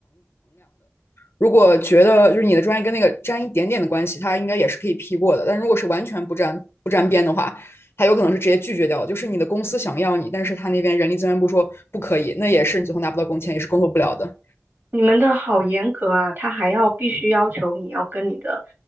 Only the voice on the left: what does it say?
如果觉得就是你的专业跟那个沾一点点的关系，它应该也是可以批过的。但如果是完全不沾不沾边的话，它有可能是直接拒绝掉就是你的公司想要你，但是他那边人力资源部说不可以，那也是你最后拿不到工签，也是工作不了的。